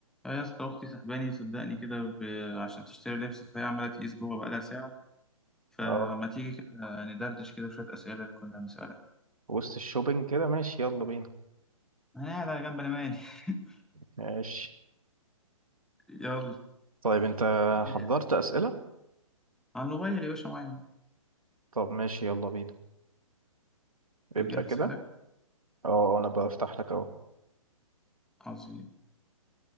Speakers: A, in the centre; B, on the right.
A: اه يا اسطى اختي سحباني صدقني كده ب... عشان تشتري لبس فهي عماله تقيس جوه بقالها ساعه فما
B: اه
A: تيجي كده ندردش كده شويه اسئله اللي كنا بنسالها
B: وسط الشوبينج كده ماشي يلا بينا
A: انا قاعد على جنب انا مالي <laughs>
B: ماشي
A: يلا
B: طيب انت
A: جاهز
B: حضرت أسئلة
A: على الموبايل يا باشا معايا أهو.
B: طب ماشي يلا بينا ابدأ
A: انت مجهز
B: كده
A: حالك
B: اه انا بفتح لك اهو
A: عظيم